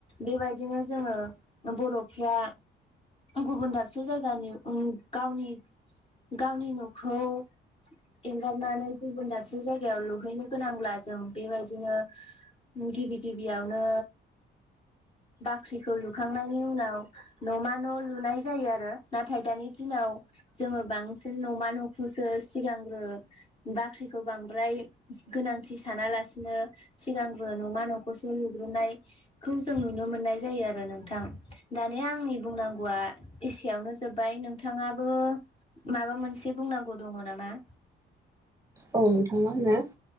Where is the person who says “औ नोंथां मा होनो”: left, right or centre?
Right